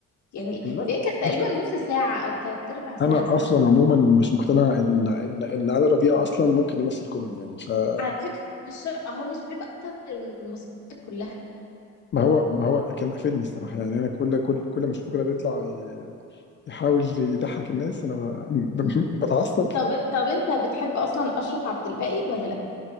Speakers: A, on the left; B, on the left.
A: يعني
B: لا
A: دي كانت تقريبا
B: بص
A: نص ساعة أو تلات أرباع ساعة
B: انا اصلا عموما مش مقتنع ان ان ان علي ربيع اصلا ممكن يمثل كوميدي يعني فما
A: على فكرة مش شر... هو مش بيبقى أكتر المسلسلات كلها
B: هو ما هو كان قافلني الصراحه يعني انا كل كل كل ما اشوفه كده بيطلع ي- يحاول يضحك الناس انا ب- <laughs> ب- بتعصب
A: طب طب أنت بتحب أصلا أشرف عبد الباقي ولا لأ؟